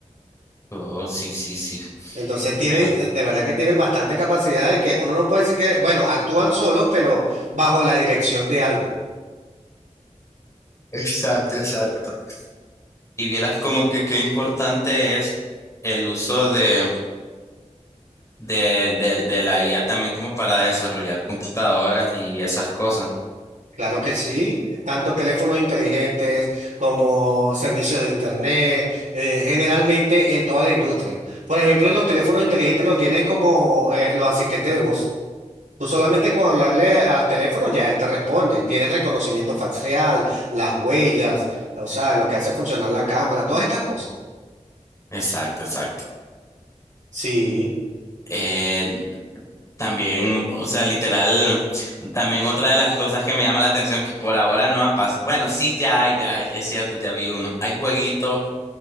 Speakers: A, on the left; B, on the right.
A: Oh, sí, sí, sí,
B: Entonces tienen,
A: pero...
B: eh, de verdad que tienen bastante capacidad de que uno no puede decir que, bueno, actúan solos, pero bajo la dirección de algo.
A: Exacto, exacto. Y vieras como que qué importante es el uso de, de, de, de la IA también como para desarrollar computadoras y esas cosas.
B: Claro que sí, tanto teléfonos inteligentes como servicios de internet, eh, generalmente en toda la industria. Por ejemplo, en los teléfonos inteligentes lo tienen como eh, los asistentes de voz. Tú solamente con hablarle al teléfono ya él te responde. Tienes reconocimiento facial, las huellas, o sea, lo que hace funcionar la cámara, todas estas cosas.
A: Exacto, exacto.
B: Sí,
A: Eh, también, o sea, literal, también otra de las cosas que me llama la atención que por ahora no ha pasado. Bueno, sí, ya hay, ya hay, es cierto, ya vi uno. Hay jueguitos